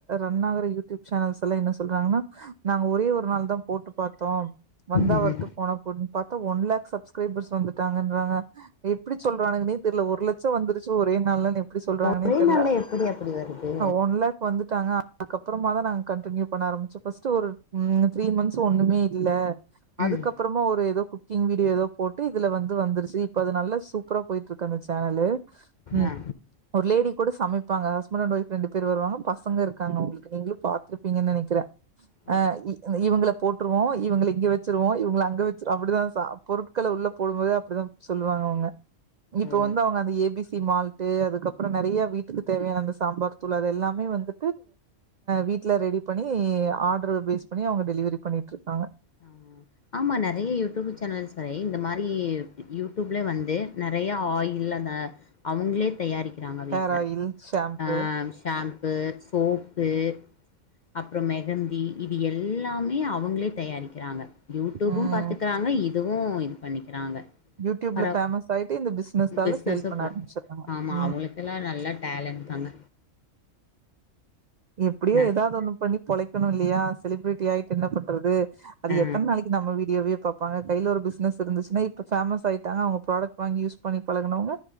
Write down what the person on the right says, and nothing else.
ரன் யூடியூப் சேனல்ஸ் எல்லா என்ன சொல்றாங்கன்னா நாங்க ஒரே ஒரு நாள் தா போட்டு பாத்தோ‌ வந்தா
வருட்டு போன போட்டுனு ஒன்லேக் சப்ஸ்கிரைபர்ஸ் வந்து ங்கராங்க எப்டி சொல்றனுகனே தெர்ல ஒரு லட்சம் வந்துருச்சு ஒரே நாள்ல எப்டி சொல்றாங்கன்ன
தெர்ல
ஒன்லேக் வந்துட்டாங்க அப்புறமா தா நாங்க கண்டினியூ பண்ண ஆரம்பிச்சோ பர்ஸ்ட் ஒரு ம் த்ரீ மந்த்ஸ் ஒண்ணுமே இல்ல அதுக்கப்புறம
ஒரு ஏதோ கிங் வீடியோ ஏதோ போட்டு இதுல வந்து வந்துருச்சு இப்ப அது நல்ல சூப்பரா போயிட்டு இருக்க சேனலு ம்
ஒரு லேடி கூட சமைப்பா சமைப்பாங்க ஹஸ்பண்ட் ஏன்ட் ஃவைப் ரெண்டு பேர் வருவங்க பசங்க இருக்கு இருக்காங்க அங்களுக்கு நீங்களு பாத்துருப்பீங்கன்னு நினைக்கிற
அ இவங்கள போட்டுருவோ இவங்கல இங்க வெச்சிருவோ இவங்கல அங்க வெச்சிரு அப்டிதா பொருட்களை உள்ள போடும்போதே அப்டிதா சொல்லுவாங்க அவங்க இப்ப
வந்து அவங்க அந்த A B C C malt அதுக்கப்புறம் நெறைய வீட்டுக்கு தேவையான அந்த சாம்பார் தூள் அது எல்லாமே வந்து வீட்ல ரெடி பண்ணி ஆர்ரு பேஸ் பண்ணி அவங்க டெலிவெரி பண்ணிட்டு இருக்காங்க
ஹேர் ஆயில் ஷாம்பு
ம்
யூடியூப்ல
பேமஸ் ஆய்ட்டு இந்த பிஸ்னஸ்னால
சேல் பண்ண
ஆரபிச்சுறாங்க
உம்
எப்டியோ
எதாவது ஒண்ணு பண்ணி பொழைக்கணு இல்லயா செலிபிரிட்டி ஆயிட்டு என்ன பண்றது அது
எத்தன நாளிக்கு நம்ம வீடியோவியே பாப் பாங்க கைய்ல ஒரு பிசினஸ் இருந்துச்சுன்னா இப்ப ஃபேமஸ் ஆயிட்டாங்க அவங்க ப்ராடெக்ட் வாங்கி யூஸ் பண்ணி பழகுனவங்க